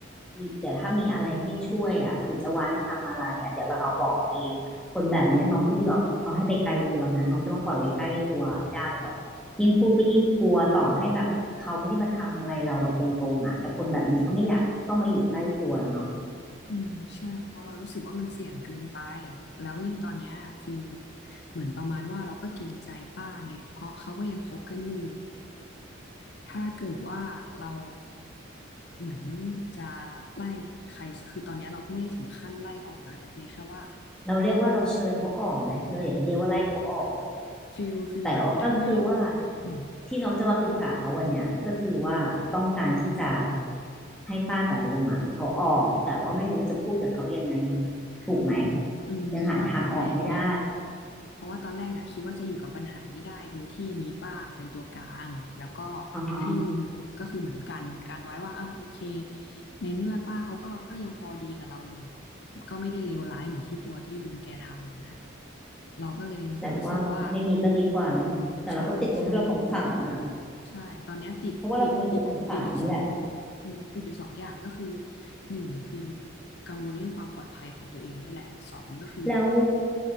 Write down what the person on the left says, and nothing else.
อืมใช่เพราะเรารู้สึกว่ามันเสี่ยงเกินไปแล้วยิ่งตอนเนี้ยฟิลเหมือนประมาณว่าเราก็เกรงใจป้าไงเพราะเขาก็ยังคบกันอยู่ ถ้าเกิดว่าเราเหมือนจะไล่ใครคือตอนนี้เราก็ไม่ได้ถึงขั้นไล่ออกนะแต่เพียงแค่ว่า
ฟิลฟิลแบบถ้าไม่
อืม
อืมเพราะว่าตอนแรกเนี่ย
เพราะว่าตอนแรกอะคิดว่าจะอยู่กับปัญหานี้ได้โดยที่มีป้าเป็นตัวกลางแล้วก็
ให้ลุงก็คือเหมือนกันการไว้ว่าอ่ะโอเคในเมื่อป้าเขาก็ก็ยังพอดีกับเราอยู่อะก็ไม่ได้เลวร้ายเหมือนที่ตัวที่ลุงแกทำอะนะเราก็เลยรู้สึกว่า
ใช่ใช่ใช่ตอนเนี้ยติดติดติดติดอยู่สอง
อืมติดอยู่สองอย่างก็คือหนึ่งคือกังวลเรื่องความปลอดภัยของตัวเองด้วยแหละสองก็คือ